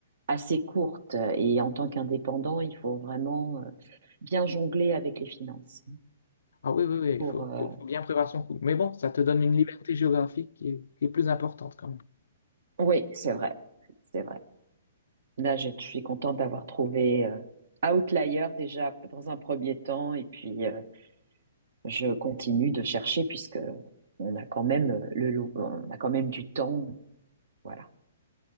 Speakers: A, on the right (about 65°); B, on the left (about 80°).
A: assez courtes. Et en tant qu'indépendant, il faut vraiment euh, bien jongler avec les finances.
B: Ah oui, oui, oui,
A: Pour
B: il faut,
A: euh,
B: faut- faut bien prévoir son coup. Mais bon, ça te donne une liberté géographique qui est, qui est plus importante quand même.
A: oui, c'est vrai, c'est vrai. Là, je suis contente d'avoir trouvé euh, Outlier déjà dans un premier temps, et puis euh, je continue de chercher puisque on a quand même euh, le, lo- on a quand même du temps. Voilà.